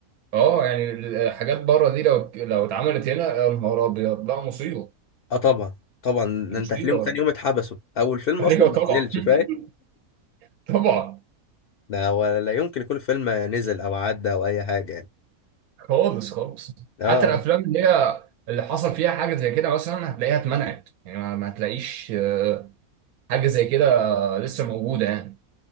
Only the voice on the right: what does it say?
اه يعني الحاجات بره دي لو لو اتعملت هنا يا نهار ابيض لا مصيبه
مصيبه
<laughs>
ايوه
طبعا
<laughs>
طبعا
خالص خالص
حتى الافلام اللي هي اللي حصل فيها حاجه زي كده مثلا هتلاقيها اتمنعت يعني ما ما هتلاقيش آه، حاجه زي كده لسه موجوده يعني